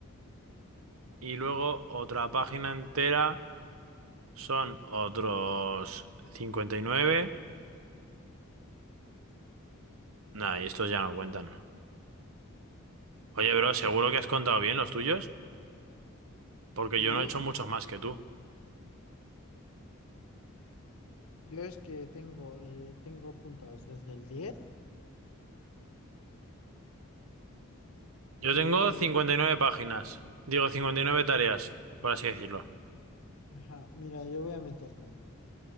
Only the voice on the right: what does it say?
y luego otra página entera son otros 59. Nah, y estos ya no cuentan. Oye, bro, ¿seguro que has contado bien los tuyos? Porque
yo no he hecho muchos más que tú.
Yo
tengo 59 páginas. Digo, 59 tareas, por así decirlo.